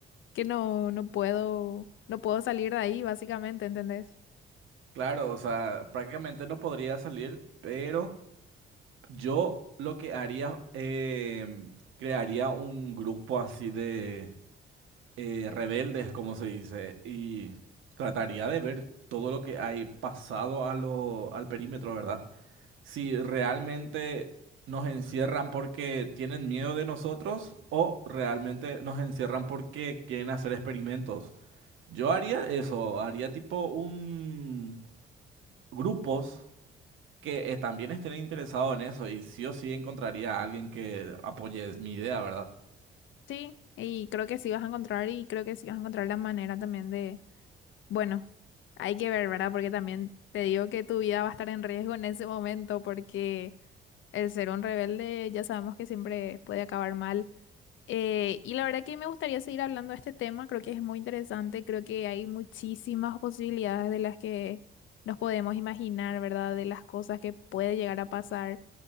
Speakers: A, on the left; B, on the right.
A: que no, no puedo, no puedo salir de ahí, básicamente, ¿entendés?
B: Claro, o sea, prácticamente no podría salir, pero yo lo que haría, em, crearía un grupo así de eh, rebeldes, como se dice, y trataría de ver todo lo que hay pasado a lo, al perímetro, ¿verdad? Si realmente nos encierran porque tienen miedo de nosotros o realmente nos encierran porque quieren hacer experimentos. Yo haría eso, haría tipo un grupos que eh, también estén interesados en eso y sí o sí encontraría a alguien que apoye mi idea, ¿verdad?
A: Sí, y creo que sí vas a encontrar, y creo que sí vas a encontrar la manera también de, bueno, hay que ver, ¿verdad? Porque también te digo que tu vida va a estar en riesgo en ese momento, porque El ser un rebelde ya sabemos que siempre puede acabar mal. Eh, y la verdad que me gustaría seguir hablando de este tema, creo que es muy interesante, creo que hay muchísimas posibilidades de las que nos podemos imaginar, ¿verdad? De las cosas que puede llegar a pasar